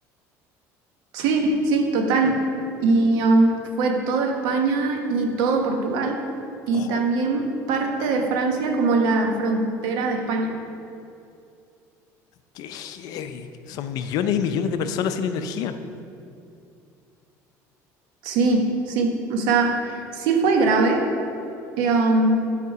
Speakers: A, on the right; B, on the left.
A: Sí, sí, total. Y um, fue todo España y todo Portugal y
B: ¡Jo!
A: también parte de Francia como la frontera de España.
B: ¡Qué heavy! Son millones y millones de personas sin energía.
A: Sí, sí, o sea, sí fue grave. eh, um,